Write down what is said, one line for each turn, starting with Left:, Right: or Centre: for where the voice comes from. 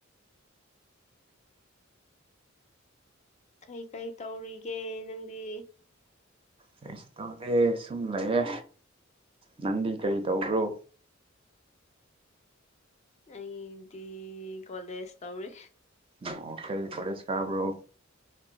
Left: ꯀꯩ ꯀꯩ ꯇꯧꯔꯤꯒꯦ ꯅꯪꯗꯤ
Right: ꯀꯩꯁꯨ ꯇꯧꯗꯦ ꯁꯨꯝ ꯂꯩꯌꯦ ꯅꯪꯗꯤ ꯀꯔꯤ ꯇꯧꯕ꯭ꯔꯣ
Left: ꯑꯩꯗꯤ ꯀꯣꯂꯦꯖ ꯇꯧꯔꯤ
Right: ꯑꯣ ꯀꯔꯤ ꯀꯣꯂꯦꯖ ꯀꯥꯕ꯭ꯔꯣ